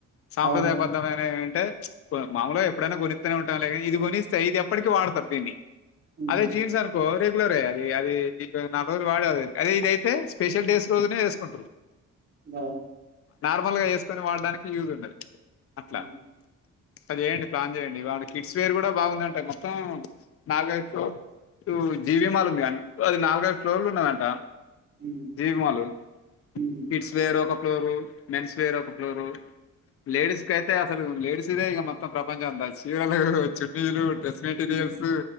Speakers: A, on the left (about 50°); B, on the right (about 35°).
A: సాంస్ప్రదాయబద్ధమేన
B: అవును.
A: అంటే మామూలుగా ఎప్పుడైనా కొనిస్తూనే ఉంటాం లేనీ ఇది కొనిస్తాయి ఇది ఎప్పటికీ వాడతారు దీన్ని
B: హ్మ్.
A: అదే జీన్స్ అనుకో రెగ్యులర్ అది అది నా రోజు వాడ అదే ఇదైతే స్పెషల్ డేస్ రోజునే వేసుకుంట్రారు
B: బ
A: నార్మల్ గా వేస్త కొని వాడడానికి యూజ్ ఉండదు అట్లా
B: హ్మ్.
A: అదిేయండి ప్లాన్ చేయండి బాగుే కిడ్స్ వేర్ కూడా బాగుందింట మొత్తం నాలుగైదు ఫ్లోర్ టూ జీవిమాల్ ఉంది అది నాలుగైదు ఫ్లోర్లు ఉన్నదంట
B: హ్మ్.
A: జీవి మలు
B: హ్మ్.
A: కిడ్స్ వేరు ఒక రు మెన్స్వీరా ళూరు లేడీస్ క అయితే అసలు లేడీస్ ఇదే ఇక మొత్తం ప్రపంచం అంతా చీరలు చున్నీలు రస్
B: హ్మ్.
A: రియస్